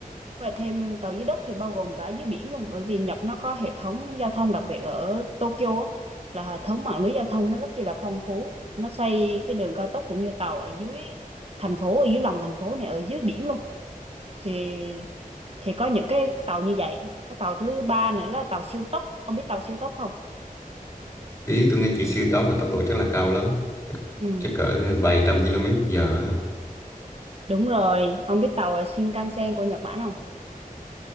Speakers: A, on the right; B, on the left.
A: và thêm tàu dưới đất thì bao gồm cả dưới biển luôn bởi vì Nhật nó có hệ thống giao thông đặc biệt ở Tokyo á, là hệ thống mạng lưới giao thông nó rất chi là phong phú. Nó xây cái đường cao tốc cũng như tàu ở dưới thành phố, ở dưới lòng thành phố này, ở dưới biển luôn. Thì thì có những cái tàu như vậy. Cái tàu thứ ba nữa là tàu siêu tốc. Ông biết tàu siêu tốc không?
B: tí tôi nghe chị siêu tốc là tốc độ chắc là cao lắm. Chắc,
A: Ừ,
B: chắc cỡ vài trăm km giờ á.
A: đúng rồi. Ông biết tàu ờ, Shinkansen của Nhật Bản không?